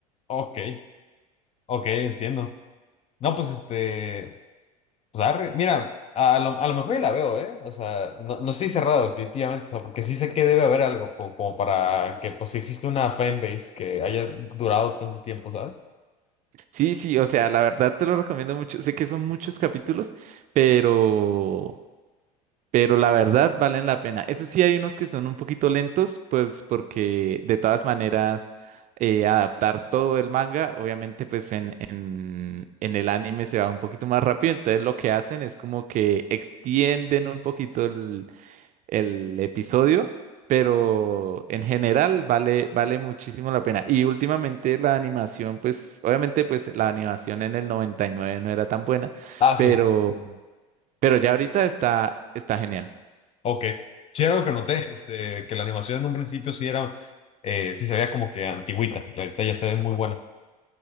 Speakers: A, on the left; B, on the right.
A: Ok, ok, entiendo. No, pues este, Pues arre, mira, a lo, a lo mejor y la veo, ¿eh? O sea, no, no estoy cerrado definitivamente, o sea, porque sí sé que debe haber algo po- como para que, pues, si existe una fanbase que haya durado tanto tiempo, ¿sabes?
B: Sí, sí, o sea, la verdad te lo recomiendo mucho. Sé que son muchos capítulos, pero, pero la verdad valen la pena. Eso sí, hay unos que son un poquito lentos, pues porque de todas maneras eh, adaptar todo el manga, obviamente pues en, en, en el anime se va un poquito más rápido, entonces lo que hacen es como que extienden un poquito el episodio, pero en general vale, vale muchísimo la pena. Y últimamente la animación, pues obviamente pues la animación en el 99 no era tan buena,
A: Ah,
B: pero,
A: sí,
B: pero ya ahorita está, está genial.
A: ok. Sí, era lo que noté, este, que la animación en un principio sí era, eh, sí se veía como que antigüita, y ahorita ya se ve muy buena.